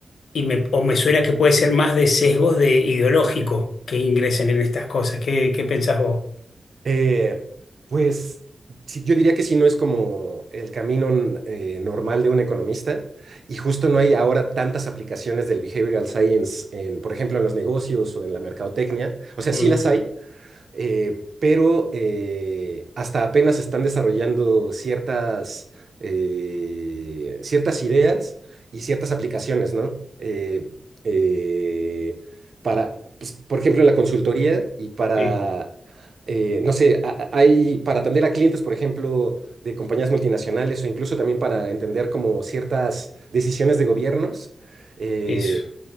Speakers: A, on the left; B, on the right.
A: y me, o me suena que puede ser más de sesgos de ideológico que ingresen en estas cosas. ¿Qué, qué pensás vos?
B: Eh, pues sí, yo diría que sí, no es como el camino n- eh, normal de un economista y justo no hay ahora tantas aplicaciones del behavioral science en, por ejemplo, en los negocios o en la mercadotecnia. O sea,
A: Mm,
B: sí las hay, eh, pero eh, hasta apenas están desarrollando ciertas, eh, ciertas ideas y ciertas aplicaciones, ¿no? Eh, eh, para, pues, por ejemplo, en la consultoría y para,
A: sí,
B: eh, no sé, a- a- hay para atender a clientes, por ejemplo, de compañías multinacionales o incluso también para entender como ciertas decisiones de gobiernos. eh,
A: eso.